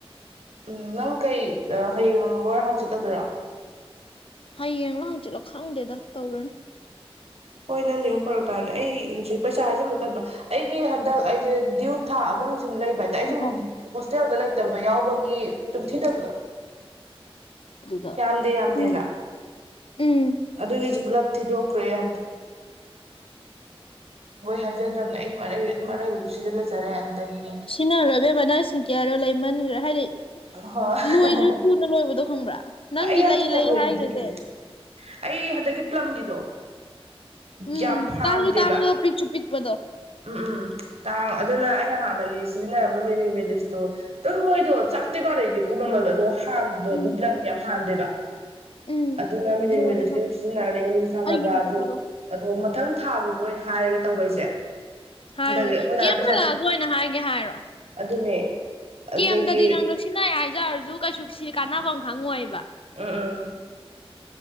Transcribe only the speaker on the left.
ꯍꯌꯦꯡꯂ ꯍꯪꯆꯤꯠꯂ ꯈꯪꯗꯦꯗ ꯇꯧꯔꯅꯤ
<unintelligible>
ꯑꯗꯨꯗ
ꯎꯝ ꯎꯝ
ꯁꯤꯅꯔꯣ ꯑꯕꯦꯕꯃ ꯅꯪ ꯁ꯭ꯀꯤꯟꯀꯤꯌꯔ ꯗꯣ ꯂꯩꯃꯟꯒ꯭ꯔꯦ ꯍꯥꯏꯗꯤ
ꯂꯣꯏꯖꯨ ꯊꯨꯅ ꯂꯣꯏꯕꯗꯣ ꯈꯪꯕ꯭ꯔꯥ ꯅꯪꯒꯤ
ꯂꯩ
ꯂꯩ
ꯍꯥꯏꯒꯖꯦ
ꯎꯝ
ꯇꯥꯡꯖꯨ ꯇꯥꯡꯕ ꯄꯤꯛꯁꯨꯨ ꯄꯤꯛꯄꯗꯣ
ꯎꯝ
ꯎꯝ
ꯂꯣꯏꯔꯦꯅ
ꯑꯩꯒꯤ ꯑꯝꯇ
ꯇꯧꯔꯛꯑꯣ
ꯍꯥꯏꯔꯣ
ꯀꯦꯝ
ꯍꯜꯂꯛꯑꯒ
ꯑꯣꯏꯅ ꯍꯥꯏꯒꯦ ꯍꯥꯏꯔꯣ
ꯀꯦꯝꯗꯗꯤ ꯅꯪꯗꯣ ꯁꯤꯟꯅꯩ ꯍꯥꯏꯖꯔꯁꯨ ꯀꯩꯁꯨ ꯁꯤ ꯀꯥꯟꯅꯕꯥꯝ ꯈꯪꯉꯣꯏꯕ